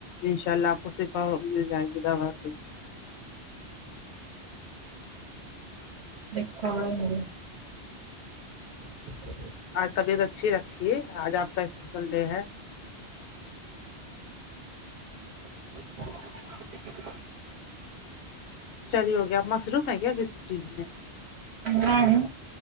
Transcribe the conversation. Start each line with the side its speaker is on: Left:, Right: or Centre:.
Left: انشا الله شفا مل جائے گی دوا سے
Right: دیکھایںگے جی <inaudible>
Left: آج طبیعت اچھی رکھیے آج آپ کا اسپیشل ڈے ہے
Right: <inaudible>
Left: چلیے ہو گیا آپ مصروف ہے کیا کسی چیز میں
Right: نہیں